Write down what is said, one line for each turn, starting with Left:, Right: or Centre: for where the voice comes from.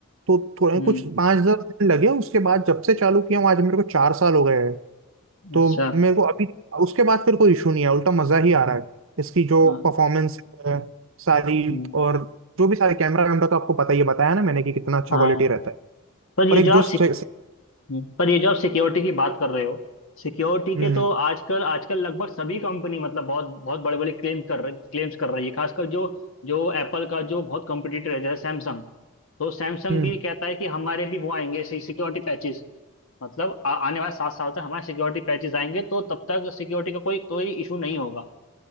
Right: तो थोड़े
Left: हम्म,
Right: कुछ पाँच दस दिन लगे उसके बाद जब से चालू किया हूँ आज मेरे को चार साल हो गए हैं तो
Left: अच्छा
Right: मेरे को अभी उसके बाद फिर कोई इशू नहीं है उल्टा मजा ही आ रहा है इसकी जो
Left: हाँ
Right: परफॉर्मेंस है सारी
Left: हम्म,
Right: और जो भी सारे कैमरा वैमरा तो आपको पता ही है बताया ना मैंने कि कितना अच्छा
Left: हाँ
Right: क्वालिटी रहता है
Left: पर ये
Right: और एक
Left: जो आप
Right: जो से, से,
Left: हम्म, पर ये जो आप सिक्योरिटी की बात कर रहे हो सिक्योरिटी के
Right: हम्म
Left: तो आजकल आजकल लगभग सभी कंपनी मतलब बहुत बहुत बड़े बड़े क्लेम कर रही क्लेम्स कर रही है खासकर जो जो एप्पल का जो बहुत कॉम्पिटिटर है जैसे सैमसंग तो सैमसंग
Right: हम्म
Left: भी कहता है कि हमारे भी वो आएंगे सिक्योरिटी पैचेस मतलब आ, आने वाले सात साल तक हमारे सिक्योरिटी पैचेस आएंगे तो तब तक सिक्योरिटी का कोई कोई इशू नहीं होगा